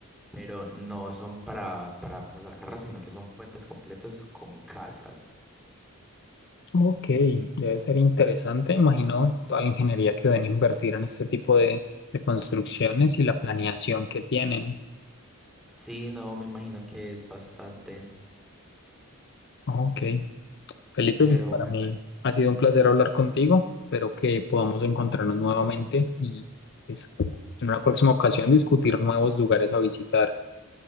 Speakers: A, in the centre; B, on the left.
A: pero no son para, para pasar carros, sino que son puentes completos con casas.
B: Ok, debe ser interesante. Imagino toda la ingeniería que deben invertir en este tipo de, de construcciones y la planeación que tienen.
A: Sí, no, me imagino que es bastante,
B: Ok. Felipe,
A: pero
B: pues para
A: bueno.
B: mí ha sido un placer hablar contigo. Espero que podamos encontrarnos nuevamente y pues, en una próxima ocasión discutir nuevos lugares a visitar.